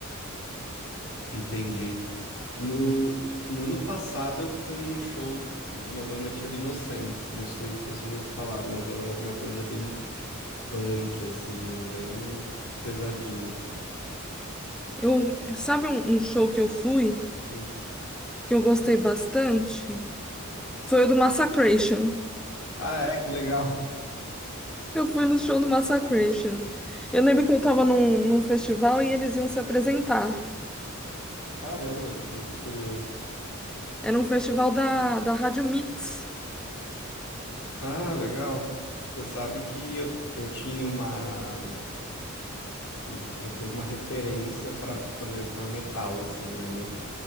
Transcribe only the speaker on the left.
Entendi. No, no ano passado eu fui num show de uma banda que chama Inocentes. Não sei se você já ouviu falar, mas ela é uma banda bem punk, assim, é bem pesadinho.
Hum.
Ah, é? Que legal.
Caramba, que curioso.
Ah, legal. Você sabe que eu, eu tinha uma eu, eu tenho uma referência para, por exemplo, para metal assim, né? Me-